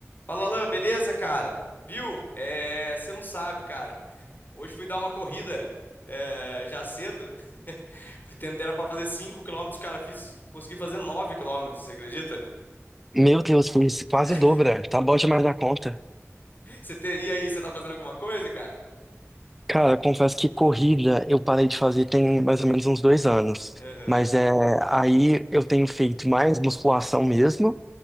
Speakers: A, on the left (about 40°); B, in the centre.
A: Fala, Alan, beleza, cara? Viu? É, você não sabe, cara. <laughs> Hoje fui dar uma corrida é, já cedo. <laughs> Tentei era para fazer 5 quilômetros, cara, fiz, consegui fazer 9 quilômetros. você acredita?
B: Meu Deus, fiz quase
A: <laughs>
B: dobra. tá bom demais da conta.
A: Você te- E aí, você tá fazendo alguma coisa, cara?
B: Cara, confesso que corrida eu parei de fazer tem mais ou menos uns dois anos.
A: Aham.
B: Mas é, aí eu tenho feito mais musculação mesmo